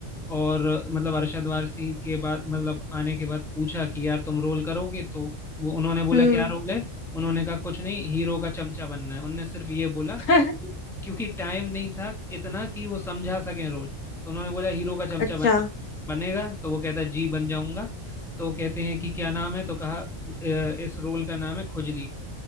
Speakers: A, in the centre; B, on the left.
A: और मतलब अरशद वारसी के बाद मतलब आने के बाद पूछा कि यार तुम रोल करोगे तो वो उन्होंने बोला
B: हम्म
A: क्या रोल है उन्होंने कहा कुछ नहीं हीरो का चमचा बनना है उनने सिर्फ ये बोला
B: <laughs>
A: क्योंकि टाइम नहीं था इतना कि वो समझा सके रोल तो उन्होंने बोला हीरो का चमचा
B: अच्छा
A: बनना है। बनेगा तो वो कहता है जी बन जाऊंगा तो कहते हैं कि क्या नाम है तो कहा "अ, इस रोल का नाम है खुजली